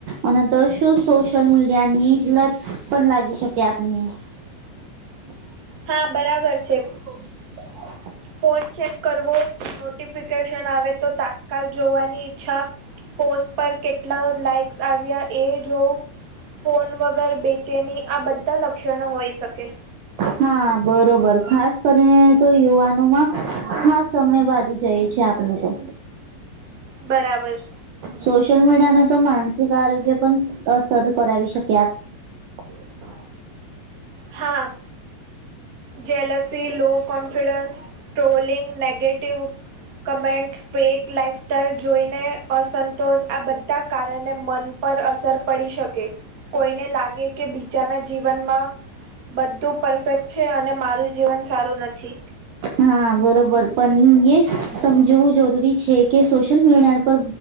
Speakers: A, on the right; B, on the right.
A: અને તો શું સોશિયલ મીડિયા ની લત પણ લાગી શકે આપને. <inaudible>
B: હા બરાબર છે.
A: <inaudible>
B: ફોન ચેક કરવો નોટિફિકેશન આવે તો તાત્કાલ જોવાની ઈચ્છા પોસ્ટ પર કેટલા લાઈક્સ આવ્યા એ જોવું ફોન વગર બેચેની આ બધા લક્ષણો હોઈ શકે.
A: હા બરોબર ખાસ કરીને તો યુવાનો માં ખાસ સમય વાદી જાય છે આપને તો.
B: બરાબર.
A: સોશિલ મીડિયાને તો માનસિક આરોગ્ય પણ અસર કરાવી શકે આપ
B: હા. Jealousy low confidence, trolling, negative. Comment fake lifestyle જોઈને અસંતોષ આ બધા કારણે મન પર અસર પડી શકે કોઈને લાગે કે બીજાના જીવનમાં બધું પરફેક્ટ છે અને મારું જીવન સારું નથી.
A: હા બરોબર પણ એ સમજવું જરૂરી છે. કે સોશિયલ મીડિયા પર